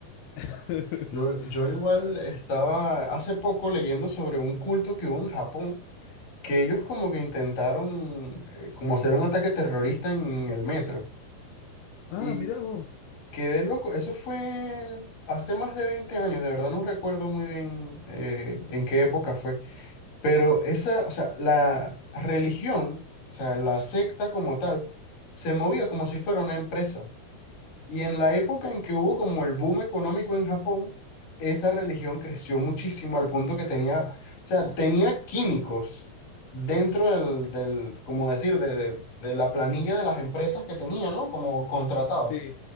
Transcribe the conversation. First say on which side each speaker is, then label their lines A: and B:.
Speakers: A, on the left; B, on the left.
A: <laughs>
B: Yo, yo igual estaba hace poco leyendo sobre un culto que hubo en Japón, que ellos como que intentaron eh, como hacer un ataque terrorista en el metro.
A: Ah,
B: Y
A: mirá vos.
B: quedé loco. Eso fue hace más de 20 años, de verdad no recuerdo muy bien eh, en qué época fue. Pero esa, o sea, la religión, o sea, la secta como tal, se movía como si fuera una empresa. Y en la época en que hubo como el boom económico en Japón, esa religión creció muchísimo al punto que tenía, o sea, tenía químicos dentro del, del, como decir, de, de la planilla de las empresas que tenía, ¿no? Como contratados.
A: Sí.